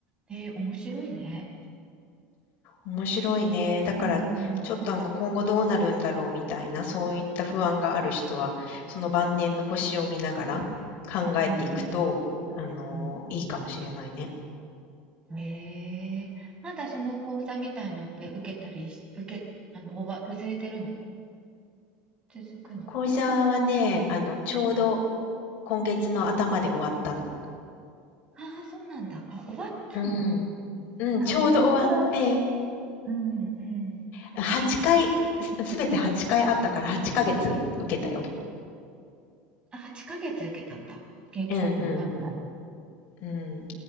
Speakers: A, on the right; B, on the left.
A: えー、面白いね。
B: 面白いね。だから、
A: うーん、うん、
B: ちょっとあの、今後どうなるんだろうみたいな、そういった不安がある人は、その晩年の星を見ながら考えていくと、
A: うん、う
B: あの、
A: ん。うん
B: いいかもしれないね。
A: ええまだその講座みたいのって受けたりし、受け、あの、終わ、続いてるの続くの
B: 講座はね、あの、ちょうど今月の頭で終わったの。
A: ああ、そうなんだ。あ、終わったんだ。
B: うん。うん、
A: あ、
B: ちょうど終わって、
A: どのくらいうんうん。
B: 8回、すすべて8回あったから8ヶ月受けたよ。
A: あ、8ヶ月受けたんだ。け、結構長いね。
B: うん、うん、うん。